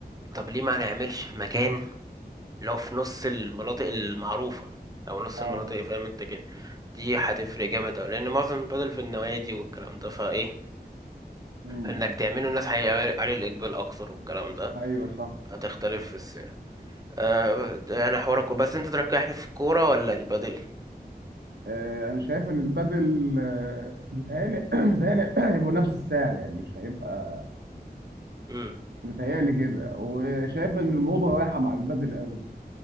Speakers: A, on the right; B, on the right.
A: طب ليه ما نعملش في مكان اللي هو في نص المناطق المعروفة أو نص
B: اه
A: المناطق فاهم أنت كده دي هتفرق جامد أوي لأن معظم البدل في النوادي والكلام ده فإيه
B: امم
A: إنك تعمله الناس هيبقى عليه الإقبال أكتر والكلام ده
B: ايوه صح
A: هتختلف في السعر آه ده يعني حوارك بس أنت تركحني في الكورة ولا البدل؟
B: آه، انا شايف ان البادل آه، متهيألي <clears throat> متهيألي <clears throat> هيبقوا نفس السعر يعني مش هيبقى
A: مم.
B: متهيألي كده وشايف ان الموضه رايحه مع البادل قوي